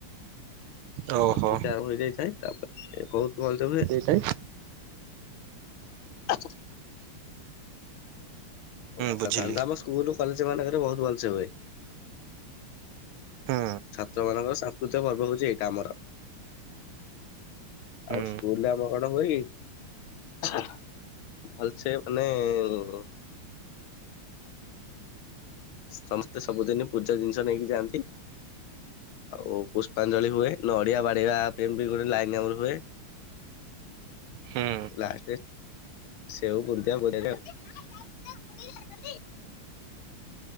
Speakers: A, on the right; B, on the left.
A: ଓହୋ
B: ପ୍ରସ୍ତୁତି ଆରମ୍ଭ ହୋଇଯାଇଥାଏ, ତା ପରେ ସେ ବହୁତ୍ ଭଲସେ ହୁଏ।
A: ହୁଁ
B: <unintelligible> ଆଉ
A: ବୁଝିଲି
B: ସାଧାରଣତଃ ଆମ ସ୍କୁଲ କଲେଜ ମାନେଙ୍କେରେ ବହୁତ ଭଲସେ ହୁଏ।
A: ହୁଁ
B: ଛାତ୍ରମାନଙ୍କର ସାଂସ୍କୃତିକ ପର୍ବ ହଉଛି ଏଇଟା ଆମର।
A: ହୁଁ
B: ଆଉ ସ୍କୁଲରେ ଆମର କଣ ହୁଏ କି? ଆହାଃ ଭଲସେ ମାନେ ଉ ସମସ୍ତେ ସବୁଦିନି ପୂଜା ଜିନିଷ ନେଇକି ଯାଆନ୍ତି। ଆଉ ପୁଷ୍ପାଞ୍ଜଳି ହୁଏ, ନଡିଆ ବାଡ଼େଇବା ପାଇଁ ବି ଗୋଟେ ଲାଇନ ଆମର ହୁଏ।
A: ହୁଁ
B: ଆଉ ଲାଷ୍ଟେ ସେଉ ବୁନ୍ଦିଆ <unintelligible>